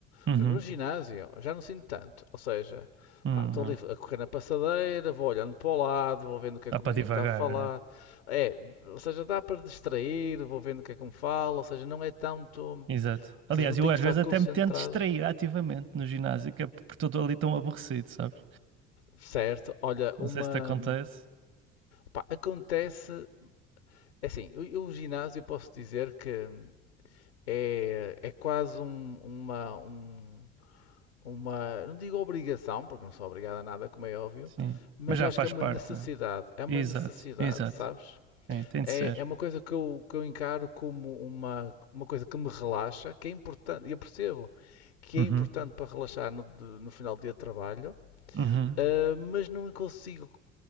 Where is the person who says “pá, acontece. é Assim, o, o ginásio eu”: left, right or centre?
Left